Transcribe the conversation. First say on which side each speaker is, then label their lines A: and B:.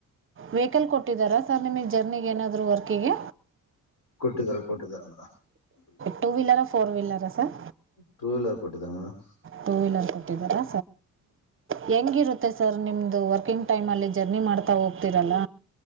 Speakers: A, on the right; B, on the left.
A: ವೆಹಿಕಲ್ ಕೊಟ್ಟಿದಾರ ಸರ್ ನಿಮಗೆ ಜರ್ನಿಿಗೆ ಏನಾದರೂ ವರ್ಕಿಗೆ
B: ಕೊಟ್ಟಿದ್ದಾರೆ ಕೊಟ್ಟಿದಾರಮ್ಮ
A: ಟೂ ವೀಲರಾ ಫೋರ್ ವೀಲರಾ ಸರ್
B: ಟೂ ವೀಲರ್ ಕೊಟ್ಟಿದಾರ ಮಾಮ್
A: ಟೂ ವೀಲರ್ ಕೊಟ್ಟಿದ್ದಾರಾ ಹೆಂಗಿರುತ್ತೆ ಮತ್ತೆ ಸರ್ ನಿಮದು ವರ್ಕಿಂಗ್ ಟೈಮಲ್ಲಿ ಜರ್ನಿ ಮಾಡ್ತಾ ಹೋಗ್ತೀರಲ್ಲ